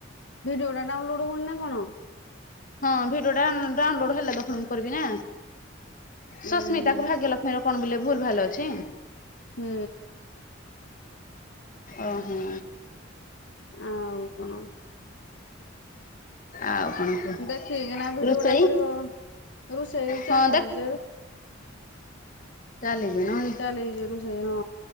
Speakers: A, on the left; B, on the left.
A: ଭିଡିଓ ଟା ଡାଉନଲୋଡ୍ ହଉନି ନା କଣ?
B: ହଁ ଭିଡିଓ ଡାଉନୁ ଡାଉନଲୋଡ୍ ହେଲେ ତ ଫୁଣି ମୁଁ କରିବି ନା,
A: ଉଁ
B: ସସ୍ମିତା
A: ହୁଁ।
B: କୁ ଭାଗ୍ୟ ଲକ୍ଷ ମାଡାମ୍ ଫୋନ୍ କଲେ ଭୁଲ ଭାଲ ଅଛି।
A: ହୁଁ।
B: ଓ ହଁ।
A: ଆଉ କଣ
B: ଆଉ କଣ କୁହ
A: ଦେଖି ଠିକି ନା ଭିଡିଓଟା
B: ରୋଷେଇ
A: କରିବ ରୋଷେଇ
B: ହଁ
A: ଚାଲିଛି ଯେ
B: ଚାଲିିବ ନଇ
A: ଏଇ ଯେ ରୁଷେଇ ହଁ।